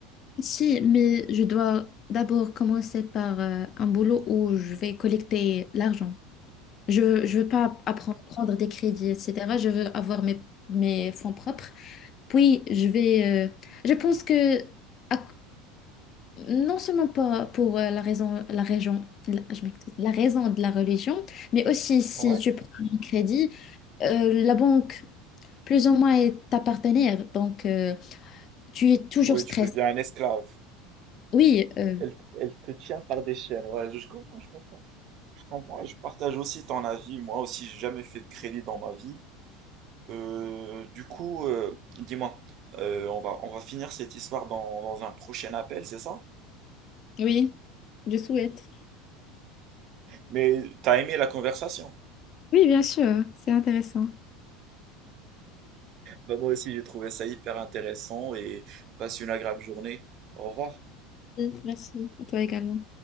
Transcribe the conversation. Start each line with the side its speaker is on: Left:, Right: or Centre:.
Left: Si, mais je dois d'abord commencer par euh, un boulot où je vais collecter l'argent. Je je veux pas apprendre, prendre des crédits, etc. Je veux avoir mes, mes fonds propres. Puis, je vais... euh, je pense que... à- non seulement pas pour euh, la raison, la raison, la, je m'excuse, la raison de la religion, mais aussi si
Right: Ouais.
Left: tu prends un crédit, euh, la banque, plus ou moins, est ta partenaire. Donc, euh, tu es toujours
Right: Oui,
Left: stressé.
Right: tu deviens un esclave.
Left: Oui, euh,
Right: Elle, elle te tient par des chaînes, ouais, je, je comprends, je comprends. Je comprends et je partage aussi ton avis. Moi aussi, j'ai jamais fait de crédit dans ma vie. Euh, du coup, euh, dis-moi, euh, on va, on va finir cette histoire dans, dans un prochain appel, c'est ça?
Left: Oui, je souhaite.
Right: Mais t'as aimé la conversation.
Left: Oui, bien sûr, c'est intéressant.
Right: Bah moi aussi j'ai trouvé ça hyper intéressant et passe une agréable journée. Au revoir.
Left: Oui, merci. À toi également.